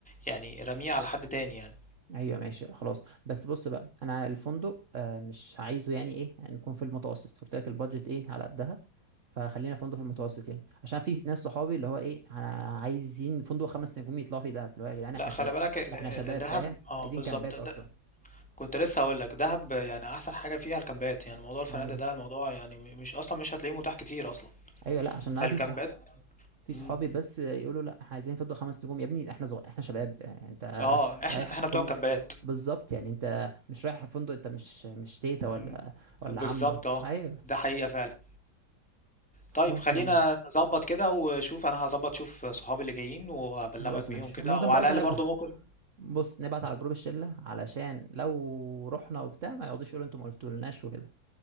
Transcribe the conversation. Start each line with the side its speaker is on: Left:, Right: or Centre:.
Centre: يعني رميه على حد تاني يعني
Right: ايوه ماشي خلاص بس بص بقى انا الفندق آه، مش عايزه يعني ايه يعني نكون في المتوسط قلت لك البادجت ايه على قدها فخلينا فندق في المتوسط يعني عشان في ناس صحابي اللي هو ايه انا عايزين فندق خمس نجوم يطلعوا فيه دهب اللي هو يا جدعان
Centre: لا
Right: احنا
Centre: خلي
Right: شباب
Centre: بالك ال-
Right: احنا
Centre: ال-
Right: شباب
Centre: الدهب
Right: فاهم
Centre: اه
Right: عايزين
Centre: بالظبط
Right: كامبات
Centre: ده
Right: اصلا
Centre: كنت لسه هقول لك دهب يعني احسن حاجه فيها الكامبات يعني موضوع الفنادق
Right: ايوه
Centre: ده الموضوع يعني م- مش اصلا مش هتلاقيه متاح كتير اصلا
Right: ايوه لا عشان
Centre: فالكامبات
Right: انا في صح في
Centre: مم.
Right: صحابي بس يقولوا لا احنا عايزين فندق خمس نجوم يا ابني احنا زغ... احنا شباب يعني انت
Centre: اه احنا
Right: رايح
Centre: احنا
Right: فندق
Centre: بتوع الكامبات
Right: بالظبط يعني انت مش رايح فندق انت مش مش تيتا ولا
Centre: مم. بالظبط
Right: ولا عمو
Centre: اه
Right: ايوه
Centre: ده حقيقه فعلا
Right: خلاص
Centre: طيب خلينا
Right: يا عم
Centre: نظبط كده وشوف انا هظبط شوف صحابي اللي جايين وابلغك
Right: خلاص
Centre: بيهم
Right: ماشي
Centre: كده
Right: وممكن
Centre: وعلى
Right: برضه
Centre: الاقل
Right: نبقى
Centre: برضو ممكن
Right: بص نبعت على جروب الشلة علشان لو رحنا وبتاع ما يقعدوش يقولوا انتوا ما قلتولناش وكده